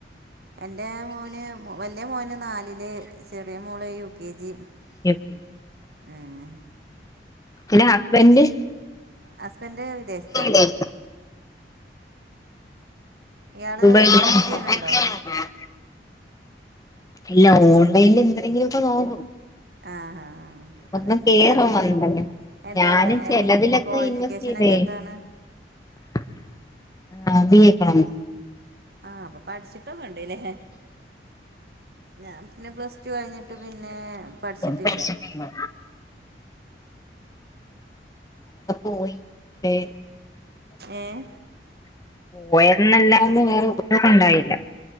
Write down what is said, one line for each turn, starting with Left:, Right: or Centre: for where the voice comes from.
Right: എന്റെ മോന് വല്ല്യ മോന് നാലില് ച് എറിയെ മോള് U K G
Left: K G
Right: ഏഹ്
Left: ന്നെ ഹസ്ബൻഡ്
Right: ഹസ്ബൻഡ് വിദേശത്താണ്
Left: ദേശത്താണോ
Right: ഇയാള്
Left: ദുബൈ <inaudible>
Right: വർക്ക് ചെയ്യണുണ്ടോ
Left: ഇല്ല ഓൺലൈനിൽ എന്തെരെലൊക്കെ നോക്കും
Right: ആഹ് ആഹ്
Left: ഒന്നും
Right: അതന്നെ
Left: കേറ
Right: ഞാനും
Left: വന്നല്ല
Right: എന്താ
Left: ഞാനും ചെലതിലൊക്കെ
Right: എങ്ങെ ക്വാളിഫിക്കേഷനൊക്കെ
Left: ഇൻവെസ്റ്റ് ചെയ്തേ
Right: എന്താണ്
Left: <unintelligible> കൊണോമിക്സ്
Right: ആഹ് അപ്പൊ പഠിച്ചിട്ടൊക്കണ്ട്ലേ ഞാൻ ന്നെ പ്ലസ് ടു കഴിഞ്ഞിട്ട് പിന്നെ പഠിച്ചിട്ടില്ല
Left: പഠിച്ചിട്ടുണ്ട്. ടെ പോവും പഷേ
Right: ഏഹ്
Left: പോയെന്നല്ലാതെ വേറൊന്നുണ്ടായില്ല